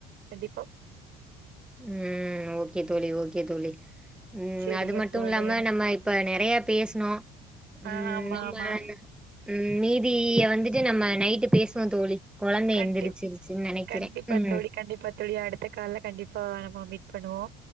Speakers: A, on the right (about 65°); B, in the centre.
A: கண்டிப்பா
B: ம் ஓக்கே தோழி ஓக்கே தோழி ம்
A: சேரிங்க
B: அது மட்டுல்லாம
A: தோழி
B: நம்ம இப் ப்ப நெறைய பேஸ்னோ
A: ஆ
B: ம்
A: ஆமா
B: நம்ம
A: ஆமா
B: ம் மீதிய வந்துட்டு நம்ம நைட்டு பேசுவோ தோழி கொலந்த
A: கண்டிப்
B: எந்திரிச்சிருச்சுன் நெனைக்கிறே
A: கண்டிப்பா
B: ம்
A: தோழி கண்டிப்பா தோழி அடுத்த கால்ல கண்டிப்பா நம்ம மீட் பண்ணுவோ